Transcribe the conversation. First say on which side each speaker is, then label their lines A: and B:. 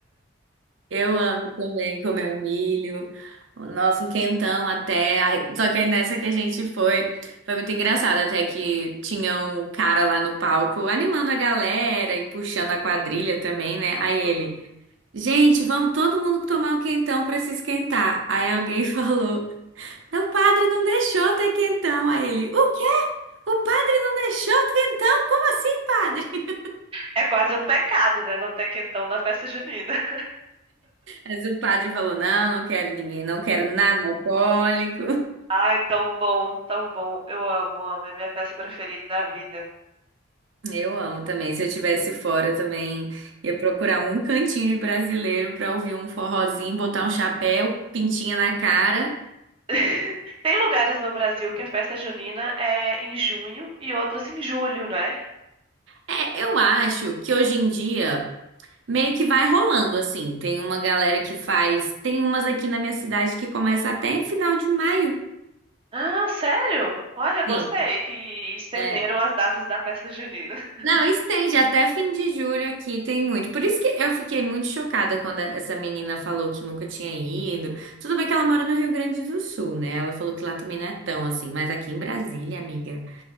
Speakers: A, on the right; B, on the right.
A: Eu amo também comer um milho, nossa, um quentão até. Ai, só que aí nessa que a gente foi, foi muito engraçado, até que tinha um cara lá no palco animando a galera e puxando a quadrilha também, né? Aí ele,
B: Uhum.
A: gente, vamos todo mundo tomar um quentão pra se esquentar. Aí alguém <laughs> falou, não, o padre não deixou ter quentão. Aí ele, o quê? O padre não deixou ter quentão? Como assim, padre? <laughs>
B: É quase um pecado, né? Não ter quentão na festa junina. <laughs>
A: Mas o padre falou, não, não quero ninguém, não quero nada alcoólico.
B: Ai, tão bom, tão bom. Eu amo, amo. É a minha festa preferida da vida.
A: Eu amo também. Se eu tivesse fora, eu também ia procurar um cantinho de brasileiro pra ouvir um forrozinho, botar um chapéu, pintinha na cara.
B: <laughs> Tem lugares no Brasil que a festa junina é em junho e outros em julho, né?
A: É, eu acho que hoje em dia meio que vai rolando assim. Tem uma galera que faz, tem umas aqui na minha cidade que começa até em final de maio.
B: Ah, sério? Olha, gostei
A: Sim.
B: que estenderam
A: é.
B: as datas da festa junina. <laughs>
A: Não, estende até fim de julho aqui, tem muito. Por isso que eu fiquei muito chocada quando essa menina falou que nunca tinha ido. Tudo bem que ela mora no Rio Grande do Sul, né? Ela falou que lá também não é tão assim, mas aqui em Brasília, amiga,